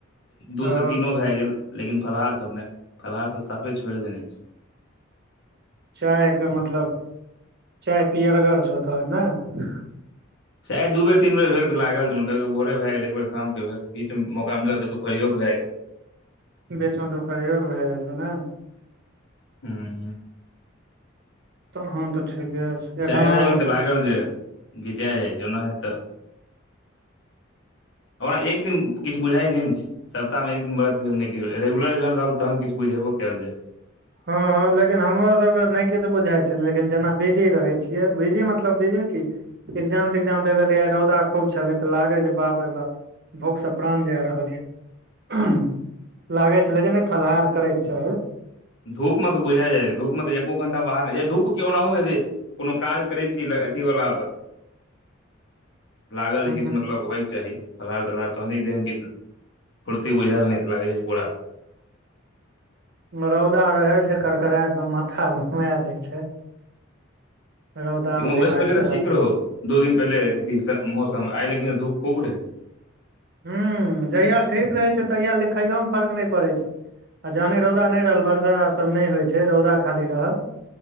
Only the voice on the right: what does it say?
ओ
चायके मतलब चाय पियरगर छ तोहर है ने
बेचो तऽपरयो क भए जाएछौ ने
तहन तऽ ठीके छै
एखनो
हँ हँ लेकिन हमरोसभके नहि किछु बुझाइ छै लेकिन जेना बिजी रहै छियै बिजी मतलब बिजीमे की एग्जाम तग्जाम दै लेलियए रौदा खूब छलै तऽ लागे छै बाप रे बाप भुखसँ प्राण जा रहल यए लागै छलै जे नहि फलाहार करैके चाही
ह
रौदा रह छै करकरा के माथा घुमा दे छै रौदा मे दिमाग
खराब
हू जहिया ठीक रहै छै तहिया लिखैयओमे फर्क नहि पड़ै छै आ जहने रौदा नहि रहल वर्षा सब नहि होइ छै रौदा खाली रहल